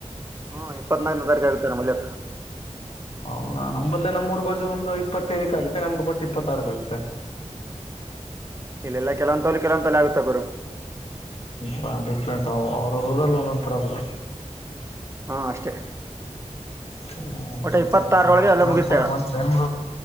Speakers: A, on the right; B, on the left.
A: ಹಾ ಇಪ್ಪತ್ನಾಲ್ಕನೇ ತಾರೀಕು ಆಗುತ್ತೆ ನ ಮಲ್ಯ
B: ಹೌದ ನಂಬಲ್ಲೇ ನಮ್ಮೂರ್ ಬಾಜು ಒಂದು ಇಪ್ಪತ್ತೈದಕ್ಕ ಆಗುತ್ತೆ ನಮ್ದು ಬಟ್ಟು ಇಪ್ಪತ್ತಾರಕ ಆಗುತ್ತೆ
A: ಇಲ್ಲೆಲ್ಲಾ ಕೆಲವಂತಲಿ ಕೆಲವೊಲ್ಲಿ ಆಗ್ತ ಗರು
B: ಹ ಡಿಫ್ರೆಂಟ್ ಅವ್ರ ರೂರಲ್ಲಿ ಒಂದೊಂತರ ಒಬ್ರು
A: ಹಾ ಅಷ್ಟೇ
B: ಹ ಹ್ಮ್
A: ಒಟ್ಟ
B: ಮತ್ತೆ
A: ಇಪ್ಪತ್ತಾರೊಳಗೆ
B: ನ
A: ಎಲ್ಲ
B: ದೇ
A: ಮುಗಿತೇವೆ
B: ಪರ್ ಮಾಡ ನ